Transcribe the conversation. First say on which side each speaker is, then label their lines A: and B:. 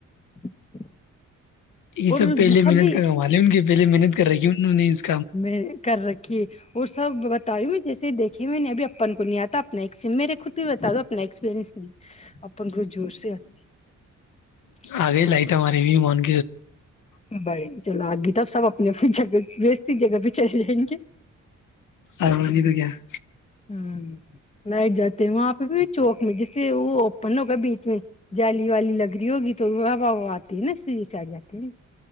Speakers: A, on the left; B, on the left.
A: <unintelligible>
B: یہ سبہلے
A: اور سبھی
B: محنت کر وال لے ان کے پہل محنت کر رہی ہے انہوں نے <unintelligible>
A: میںیر کر رکھ <unintelligible> کہ اور سب بتاائی میں جیسے دیکھیے میں نے ابھی اپن کو نہیں آتا اپنا میرے خود بھی بتا دو اپنا ایکسپیرنس نہیں اپن کو زور سے آگو لف لف لف لف
B: آگے لائٹا مار بھی من
A: بائے چلو آگی تب سب پوجا کر کسی جگہ بھیہ چل جائیں گے
B: ہاںگ تو کیا <unintelligible>
A: ہاں <unintelligible> لائٹ جاتے ہیں وہاں پہ بھی چوک میں ج <unintelligible> وہ اوپن ہوگا بیچ میں جالی والی لگ رہی ہوگی تو و و آتی ہے نا سڑھی سائ جاتی نا <unintelligible>